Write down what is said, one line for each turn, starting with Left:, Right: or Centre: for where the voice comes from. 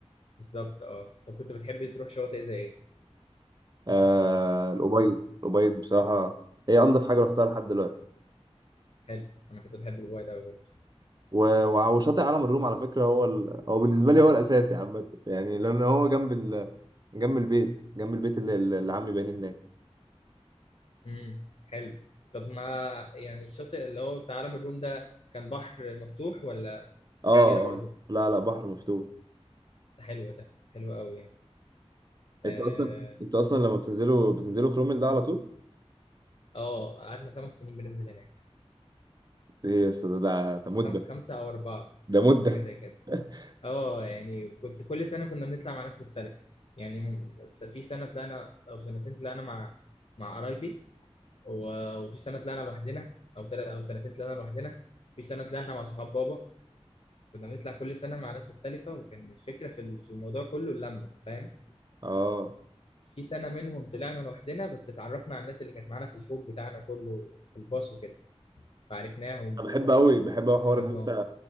Left: بالظبط اه طب كنت بتحب تروح شواطئ زي ايه
Right: آه الأبيض الأبيض بصراحه هي انضف حاجه رحتها لحد دلوقتي
Left: حلو انا كنت بحب الواي ده برضه
Right: و- وع- وشاطئ عالم الروم على فكرة هو ال... هو بالنسبة لي هو الأساسي عامة يعني لأن هو جنب ال... جنب البيت جنب البيت اللي, اللي اللي عمي بانيه هناك
Left: امم حلو طب ما يعني الشاطئ اللي هو بتاع عالم الروم ده كان بحر مفتوح ولا
Right: اه
Left: جزيره برضه
Right: اه لا لا بحر مفتوح
Left: ده حلو ده حلو قوي اه
Right: انت اصلا انت اصلا لما بتنزلوا بتنزلوا في رومل ده على طول
Left: آه، قعدنا خمس سنين بننزل هناك
Right: ايه يا اسطى ده ده ده مدة
Left: خم- خمسة أو أربعة
Right: ده مدة
Left: حاجة زي كده
Right: <laughs>
Left: اه يعني كنت كل سنة كنا بنطلع مع ناس مختلفة يعني م- بس في سنة طلعنا أو سنتين طلعنا مع مع قرايبي و- وفي سنة طلعنا لوحدنا أو تلات أو سنتين طلعنا لوحدنا في سنة طلعنا مع صحاب بابا كنا بنطلع كل سنة مع ناس مختلفة وكان الفكرة في ال- في الموضوع كله اللمة فاهم
Right: اه
Left: في سنة منهم طلعنا لوحدنا بس اتعرفنا على الناس اللي كانت معانا في الفوج بتاعنا كله في الباص وكده فعرفناهم
Right: انا
Left: و-
Right: بحب قوي بحب قوي حوار
Left: وصاحبناهم
Right: ان انت